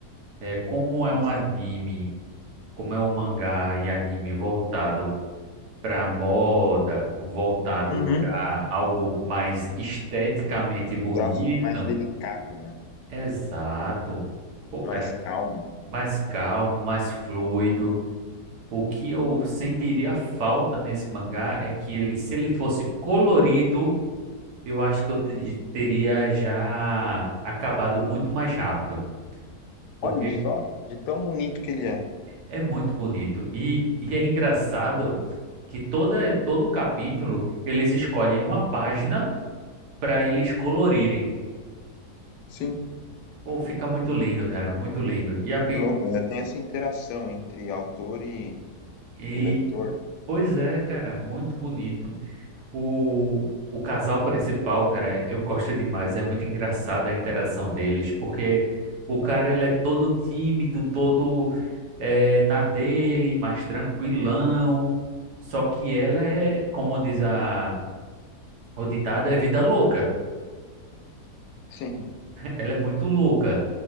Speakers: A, on the right (about 75°); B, on the left (about 85°).
A: é, como é
B: Nossa.
A: um anime como é o mangá e anime voltado para moda, voltado
B: Uhum.
A: para algo mais esteticamente bonito,
B: O traço é mais delicado, né?
A: exato. Pô,
B: Mais
A: cara, é
B: calmo.
A: mais calmo, mais fluido. O que eu sentiria falta nesse mangá é que ele, se ele fosse colorido, eu acho que eu te- teria já acabado muito mais rápido,
B: Olha
A: porque
B: só, de tão bonito que ele é.
A: é muito bonito. E, e é engraçado. que toda, todo capítulo eles escolhem uma página para eles colorirem.
B: Sim,
A: Pô, fica muito lindo, cara, muito lindo. E, a, pi-
B: que louco. Ainda tem essa interação entre autor e,
A: e
B: e leitor.
A: pois é, cara, muito bonito. O, o casal principal, cara, eu gosto demais. É muito engraçada a interação deles, porque o cara ele é todo tímido, todo eh, na dele, mais tranquilão. Só que ela é, como diz a, o ditado, é vida louca.
B: Sim.
A: Ela é muito louca.